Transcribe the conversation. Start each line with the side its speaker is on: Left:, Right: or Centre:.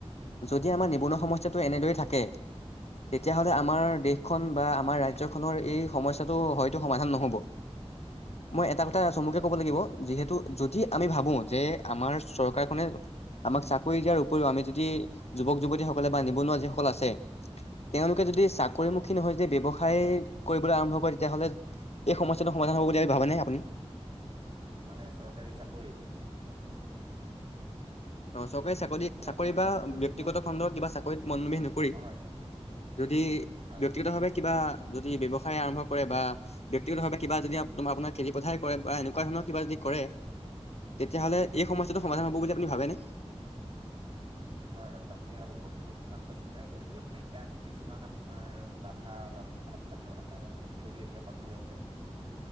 Right: হয়
Left: যদি আমাৰ নিবনুৱা সমস্যাটো এনেদৰে থাকে। থাকে
Right: হয়
Left: তেতিয়া
Right: হয়
Left: হ'লে আমাৰ দেশখন বা আমাৰ ৰাজ্যখনৰ, এই সমস্যাটো হয়তো সমাধান নহ'ব। মই এটা কথা চমুকে
Right: হয়
Left: ক'ব লাগিব যিহেতু যদি আমি ভাবো যে আমাৰ চৰকাৰখনে। আমাক চাকৰি, দিয়াৰ উপৰিও আমি যদি যুৱক- যুৱতীসকলে বা নিবনুৱা, যিসকল আছে। তেওঁলোকে
Right: হয়
Left: যদি চাকৰিমুখী, নহয় যদি ব্যৱসায় কৰিবলৈ আৰম্ভ কৰে তেতিয়াহ'লে এই সমস্যটো সমাধান হ'ব বুলি ভাবেনে আপুনি।
Right: মানে চৰকাৰী চাকৰিত,
Left: অ চৰকাৰী চাকৰি
Right: মানে
Left: চাকৰি
Right: আপোনাৰ
Left: বা
Right: প্ৰশ্নটো
Left: ব্যক্তিগত
Right: ঠিক মই
Left: খণ্ডৰ কিবা চাকৰিত মনমোবিহ নকৰি।
Right: হয়
Left: যদি
Right: হয়
Left: ব্যক্তিগত
Right: হয়
Left: ভাৱে কিবা। যদি ব্যয়ৱসায় আৰম্ভ কৰে। বা ব্যক্তিগতভাৱে কিবা যদি তোমাৰ আপোনাৰ খেতি- পথাৰ কৰে। বা এনেকুৱা ধৰণৰ কিবা যদি কৰে তেতিয়াহলে এই সমস্যাটো
Right: হয়
Left: সমাধান হ'ব বুলি আপুনি ভাবেনে।
Right: হয় হয় আপুনি ইয়াত বহুত ভাল কথা কৈছে যদিও ইয়াত কিছুমান আপোনাৰ বাধা বাধকতা। আপুনি যদি এতিয়া চাবলৈ